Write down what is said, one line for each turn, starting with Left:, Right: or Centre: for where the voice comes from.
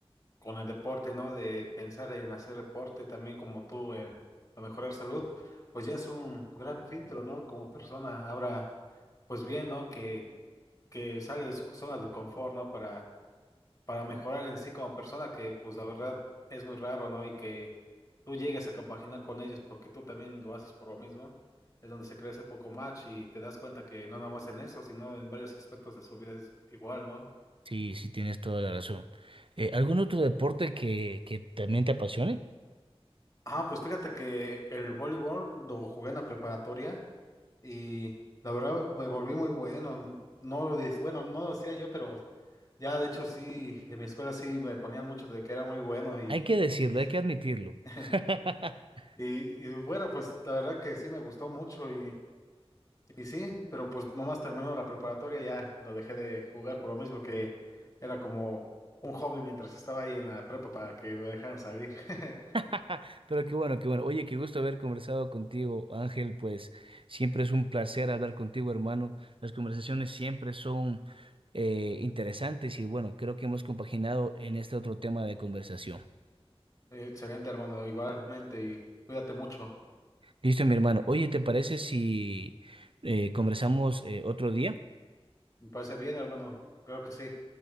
Left: con el deporte, ¿no? De pensar en hacer deporte también como tú, eh, para mejorar salud, pues ya es un gran filtro, ¿no? Como persona, ahora, pues bien, ¿no? Que, que sale de su zona de confort, ¿no? Para para mejorar en sí como persona, que pues la verdad es muy raro, ¿no? Y que tú llegues a compaginar con ellos porque tú también lo haces por lo mismo, es donde se crece un poco más y te das cuenta que no nomás en eso, sino en varios aspectos de su vida es igual, ¿no?
Right: Sí, sí, tienes toda la razón. Eh, ¿algún otro deporte que, que también te apasione?
Left: Ah, pues fíjate que el voleibol lo jugué en la preparatoria y la verdad me volví muy bueno. No lo dic- bueno, no lo decía yo, pero ya de hecho sí, en mi escuela sí me ponían mucho de que era muy bueno y,
Right: Hay que decirlo,
Left: y,
Right: hay que admitirlo.
Left: <laughs>
Right: <laughs>
Left: Y, y bueno, pues la verdad que sí me gustó mucho y, y sí, pero pues nomás terminó la preparatoria ya lo dejé de jugar por lo mismo que era como un hobby mientras estaba ahí en la prepa para que me dejaran salir. <laughs>
Right: <laughs> Pero qué bueno, qué bueno. Oye, qué gusto haber conversado contigo, Ángel. Pues siempre es un placer hablar contigo, hermano. Las conversaciones siempre son eh, interesantes y bueno, creo que hemos compaginado en este otro tema de conversación.
Left: Excelente, hermano, igualmente y cuídate mucho.
Right: Listo, mi hermano. Oye, ¿te parece si eh, conversamos eh, otro día?
Left: Me parece bien, hermano. Creo que sí.